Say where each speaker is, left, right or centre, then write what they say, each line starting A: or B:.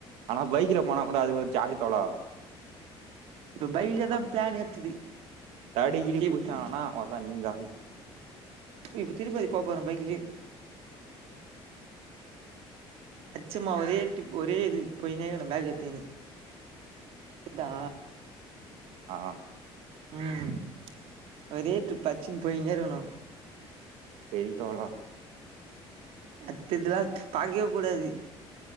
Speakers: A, on the right; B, on the right.
A: ஆனா பைக்ல போனா கூட அது ஒரு ஜாலி தோழா
B: இப்ப பைக்லயே தா
A: ஆ,
B: பிளான் ஏத்துது
A: தடி கிடி புடிச்சிட்டாங்கனா
B: இப்ப தி
A: அ ள்ளதா நீங்க காலி
B: இப்ப திருப்பதி போப்போறே பைக்லயே அடிச்சமா ஒரே டிப் ஒரே இது போயினே இருக்கனு பேக் எத்துகினு க்தா
A: ஆ
B: ம், ஒரே டிரிப் அடிச்சுனு போயின்னே இருக்கணு
A: செரி தோழா
B: அடுத்த இதுலா பாக்கவே கூடாது